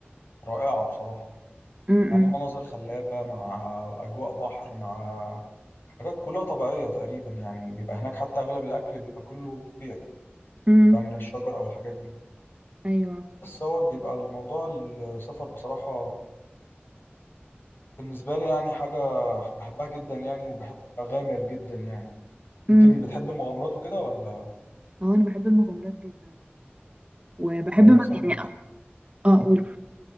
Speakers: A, on the left; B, on the right.
A: رائعه بصراحه
B: امم
A: يعني مناظر خلابه مع اجواء بحر مع حاجات كلها طبيعيه تقريبا يعني بيبقى هناك حتى اغلب الاكل بيبقى كله طبيعي
B: امم
A: بيبقى من الشجر او الحاجات دي
B: ايوه
A: بس هو بيبقى الموضوع السفر بصراحه بالنسبة لي يعني حاجة بحبها جدا يعني وبحب أغامر جدا يعني أنت
B: امم
A: بتحب المغامرات وكده ولا
B: اه انا بحب المغامرات جدا وبحب
A: يعني
B: م-
A: مثلا
B: يعني اه اقول